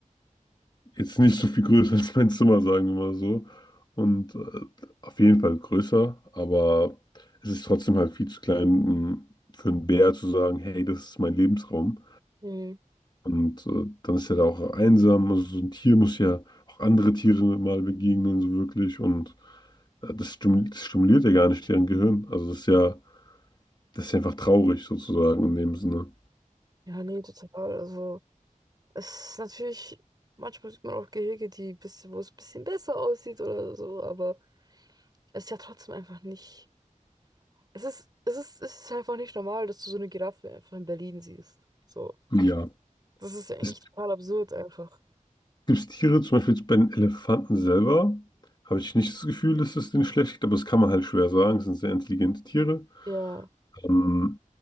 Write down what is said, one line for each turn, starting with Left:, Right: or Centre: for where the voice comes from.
Left: jetzt nicht so viel größer <laughs> als mein Zimmer, sagen wir mal so. Und äh, auf jeden Fall größer, aber es ist trotzdem halt viel zu klein, um für einen Bär zu sagen, hey, das ist mein Lebensraum.
Right: Mhm.
Left: Und äh, dann ist er da auch einsam. Also so ein Tier muss ja auch andere Tiere mal begegnen, so wirklich. Und äh, das stimuliert, das stimuliert ja gar nicht deren Gehirn. Also das ist ja, das ist ja einfach traurig sozusagen in dem Sinne.
Right: Ja, nee, total. Also. Es ist natürlich, manchmal sieht man auch Gehege, die bisschen, wo es ein bisschen besser aussieht oder so, aber es ist ja trotzdem einfach nicht. Es ist, es ist, es ist einfach nicht normal, dass du so eine Giraffe einfach in Berlin siehst. So.
Left: Ja.
Right: Das ist ja eigentlich
Left: Es
Right: total absurd einfach.
Left: gibt Tiere, zum Beispiel jetzt bei den Elefanten selber, habe ich nicht das Gefühl, dass es denen schlecht geht, aber das kann man halt schwer sagen. Es sind sehr intelligente Tiere.
Right: Ja.
Left: Ähm,